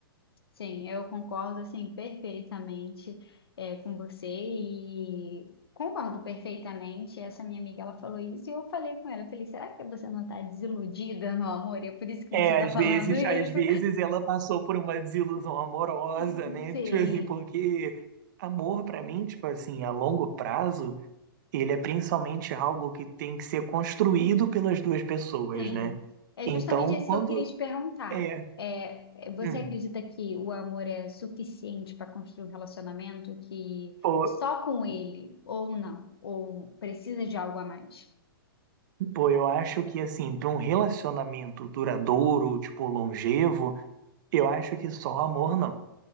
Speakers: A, on the left; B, on the right.
A: sim. Eu concordo, assim, perfeitamente é, com você e concordo perfeitamente. Essa minha amiga, ela falou isso e eu falei com ela, eu falei, será que você não está desiludida no amor? E é por isso que
B: É,
A: você está
B: às
A: falando
B: vezes,
A: isso?
B: às vezes ela passou por uma desilusão amorosa,
A: <laughs>
B: né?
A: Sim.
B: Tipo assim, porque amor para mim, tipo assim, a longo prazo, ele é principalmente algo que tem que ser construído pelas duas pessoas,
A: Sim,
B: né?
A: é
B: Então,
A: justamente isso
B: quando
A: que eu queria te perguntar.
B: é,
A: É, você
B: hum,
A: acredita que o amor é suficiente para construir um relacionamento que
B: pô,
A: só com ele ou não, ou precisa de algo a mais?
B: pô, eu acho que assim, para um relacionamento duradouro, tipo longevo, Eu acho que só amor não.